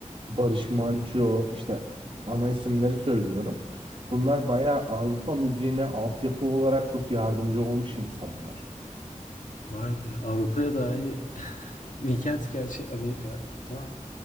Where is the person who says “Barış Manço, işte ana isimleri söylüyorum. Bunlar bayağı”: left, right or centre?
Right